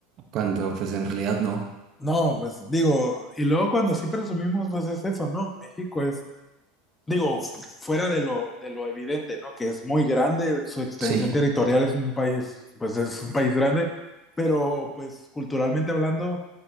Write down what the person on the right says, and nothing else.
cuando pues en realidad no.
Sí.